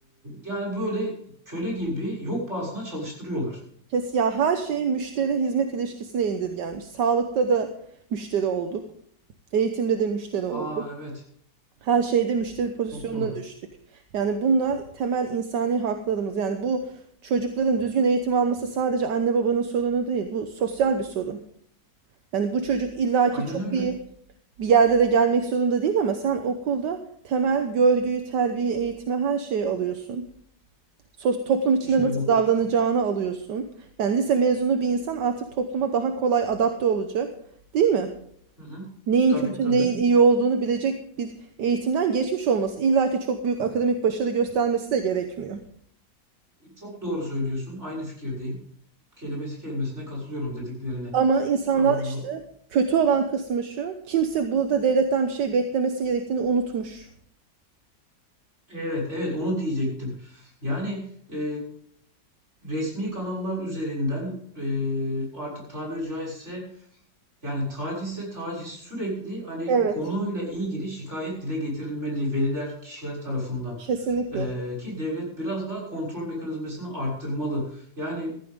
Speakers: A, on the right; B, on the right.
A: yani böyle köle gibi yok pahasına çalıştırıyorlar.
B: Kes ya her şey müşteri hizmet ilişkisine indirgenmiş. Sağlıkta da müşteri olduk. Eğitimde de müşteri
A: Aa
B: olduk.
A: evet
B: Her şeyde müşteri pozisyonuna
A: çok doğru.
B: düştük. Yani bunlar temel insani haklarımız. Yani bu çocukların düzgün eğitim alması sadece anne babanın sorunu değil. Bu sosyal bir sorun. Yani bu çocuk illaki
A: Aynen
B: çok
A: öyle.
B: iyi bir yerlere gelmek zorunda değil ama sen okulda temel görgüyü, terbiyeyi, eğitimi her şeyi alıyorsun. sos- toplum içinde
A: İşte
B: nasıl
A: bu.
B: davranacağını alıyorsun. Yani lise mezunu bir insan artık topluma daha kolay adapte olacak, değil mi?
A: Hı hı.
B: Neyin
A: Tabii
B: kötü,
A: tabii.
B: neyin iyi olduğunu bilecek bir eğitimden geçmiş olması. İlla ki çok büyük akademik başarı göstermesi de gerekmiyor.
A: Çok doğru söylüyorsun. Aynı fikirdeyim. Kelimesi kelimesine katılıyorum dediklerine.
B: Ama insanlar
A: Aa,
B: işte kötü olan kısmı şu, kimse burada devletten bir şey beklemesi gerektiğini unutmuş.
A: evet evet onu diyecektim. Yani e, Resmi kanallar üzerinden, eee, artık tabiri caizse yani tacizse taciz sürekli hani
B: Evet,
A: konuyla ilgili şikayet dile getirilmeli veliler, kişiler tarafından.
B: kesinlikle.
A: Eee, ki devlet biraz daha kontrol mekanizmasını arttırmalı. Yani